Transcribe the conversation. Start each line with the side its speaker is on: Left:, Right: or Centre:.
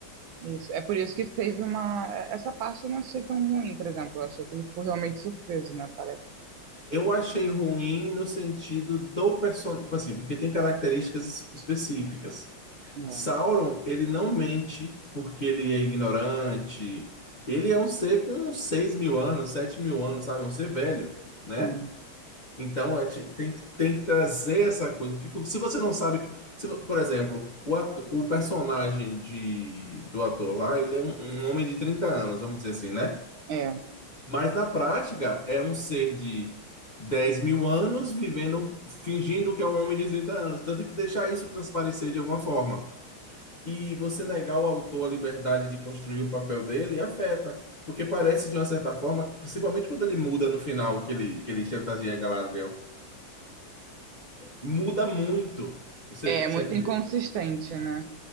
Right: isso. É por isso que teve uma. Essa parte eu não achei tão ruim, por exemplo. Eu achei que ele ficou realmente surpreso, né? Parece.
Left: Eu achei ruim no sentido do personagem, assim, porque tem características es- específicas.
Right: É,
Left: Sauron, ele não mente porque ele é ignorante. Ele é um ser com seis mil anos, sete mil anos, sabe? É um ser velho, né?
Right: sim.
Left: Então, é, te- tem, que- tem que trazer essa coisa. Porque se você não sabe. que- Se, vo- por exemplo, o, ato- o personagem de, do ator lá, ele é um, um homem de 30 anos, vamos dizer assim, né?
Right: É.
Left: Mas na prática, é um ser de dez mil anos vivendo, fingindo que é um homem de 30 anos. Tanto que deixar isso transparecer de alguma forma. E você negar ao autor a liberdade de construir o papel dele afeta. Porque parece, de uma certa forma, principalmente quando ele muda no final, que ele, que ele chantageia Galadriel. Muda muito. Você,
Right: É
Left: você
Right: muito
Left: me
Right: inconsistente,
Left: entende?
Right: né?